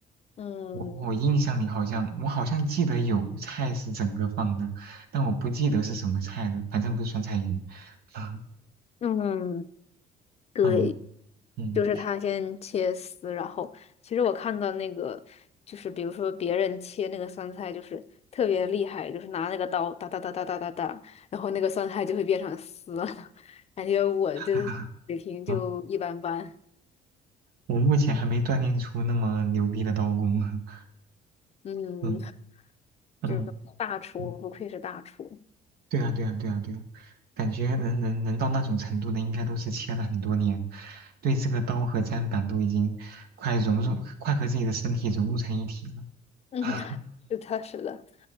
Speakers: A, on the left; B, on the right.
A: 嗯
B: 我我印象里好像我好像记得有菜是整个放的，但我不记得是什么菜了，反正不是酸菜鱼。<laughs> 啊，
A: 嗯，对，
B: 嗯嗯，
A: 就是它先切丝，然后其实我看到那个就是比如说别人切那个酸菜就是特别厉害，就是拿那个刀哒哒哒哒哒哒哒，然后那个酸菜就会变成丝了，<laughs> 感觉我就是水平就一般般。
B: <laughs> 啊，我目前还没锻炼出那么牛逼的刀工。<laughs>
A: 嗯，
B: 嗯嗯
A: 这个大厨不愧是大厨。
B: 嗯，对啊对啊对啊对啊，感觉能能能到那种程度的，应该都是切了很多年，对这个刀和砧板都已经快融入，快和自己的身体融入成一体了。
A: <laughs> 嗯，
B: <laughs>
A: 是的，是的，